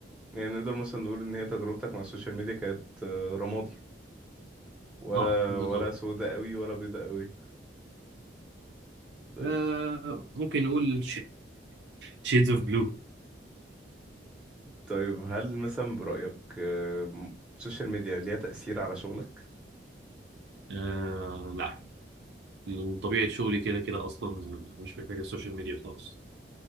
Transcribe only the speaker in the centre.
يعني نقدر مثلا نقول ان هي تجربتك مع السوشيال ميديا كانت آه، رمادي ولا
ولا سودة قوي ولا بيضة قوي طيب
طيب هل مثلا برأيك آه، م- السوشيال ميديا ليها تأثير على شغلك؟